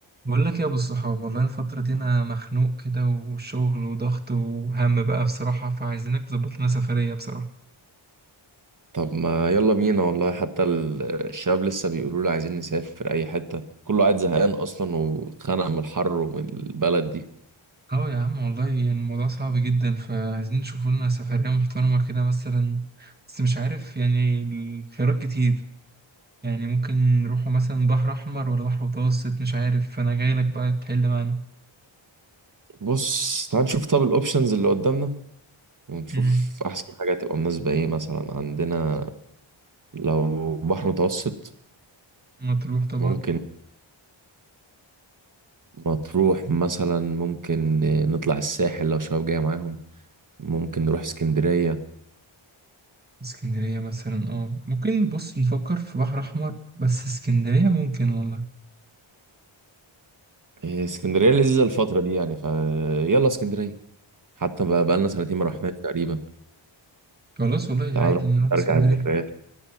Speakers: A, on the right (about 20°); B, on the right (about 40°).
A: بقول لك يا ابو الصحاب والله الفترة دي انا مخنوق كده وشغل وضغط وهم بقى بصراحة فعايزينك تظبط لنا سفرية بصراحة
B: طب ما يلا بينا والله حتى ال- الشباب لسه بيقولوا لي عايزين نسافر اي حتة كله قاعد زهقان اصلا واتخنق من الحر ومن البلد دي
A: اه يا عم والله يعني الموضوع صعب جدا فعايزين نشوف لنا سفرية محترمة كده مثلا بس مش عارف يعني الخيارات كتير يعني ممكن نروحوا مثلا بحر احمر ولا بحر متوسط مش عارف فانا جاي لك بقى تحل معانا
B: بص تعال نشوف طب الاوبشنز اللي قدامنا ونشوف
A: امم
B: احسن حاجة تبقى مناسبة ايه مثلا عندنا لو بحر متوسط
A: مطروح طبعا
B: ممكن مطروح مثلا ممكن نطلع الساحل لو شباب جاية معاهم ممكن نروح اسكندرية
A: اسكندرية مثلا اه ممكن بص نفكر في بحر احمر بس اسكندرية ممكن والله
B: إيه، اسكندرية لذيذة الفترة دي يعني فيلا اسكندرية حتى بقى بقالنا سنتين ما رحناش تقريبا
A: خلاص والله
B: تعال
A: عادي
B: نروح
A: نروح اسكندرية
B: نرجع الذكريات